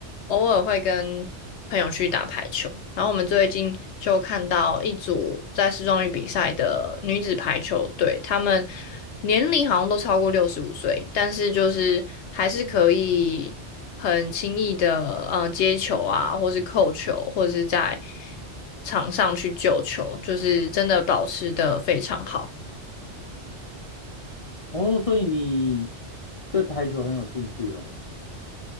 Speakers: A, on the left; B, on the left.
A: 偶尔会跟朋友去打排球，然后我们最近就看到一组在市中运比赛的女子排球队，她们年龄好像都超过六十五岁，但是就是还是可以很轻易的嗯、呃接球啊，或是扣球，或者是在场上去救球，就是真的保持的非常好。
B: 哦，所以你对排球很有兴趣咯，